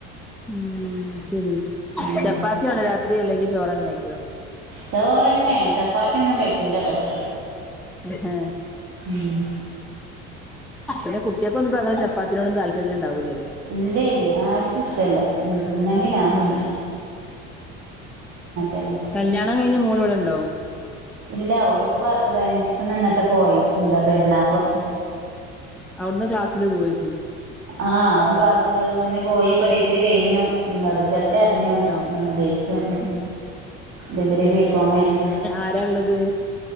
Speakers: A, in the centre; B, on the right.
A: ഉം ശരി
B: പിന്നെ
A: ചപ്പാത്തിയാണോ രാത്രി അല്ലെങ്കില് ചോറെന്നെ വെക്കോ
B: ചോറെന്നെ ചപ്പാത്തിയൊന്നും പറ്റൂല ഇവിടെ
A: ഹഹ
B: ഉം
A: പിന്നെ കുട്ടിയൊക്കെന്നിപ്പോ അങ്ങനെ ചെപ്പാത്തിനോടും താല്പര്യം ഉണ്ടാവൂലല്ലോ
B: ഇല്ലയ് ആർക്കും ഇഷ്ടല്ല തിന്നെങ്കി ഞാൻതിന്നും
A: ഉം
B: തന്നെ
A: കല്യാണം കഴിഞ്ഞ് മോള് ഇവിടെണ്ടോ
B: ഇല്ലാ ഓളിപ്പോ പത്ത് പതിനഞ്ച് ദിവസം നിന്നിട്ട് പോയി എന്താ പെരുന്നാ.
A: ഉം അവിടുന്ന് ക്ലാസ്സില് പോയിക്കും.
B: ആഹ് അവിട്ന്ന് ക്ലാസ്ന് പോയി ഇപ്പം ഡിഗ്രി കഴിഞ്ഞു <unintelligible> റിസൾട്ടറിഞ്ഞു
A: കഴിഞ്ഞോ
B: ജയിച്ചു
A: ഏഹ്
B: ഡിഗ്രി ബികോമേയ്ന്നു
A: ആരാള്ളത്.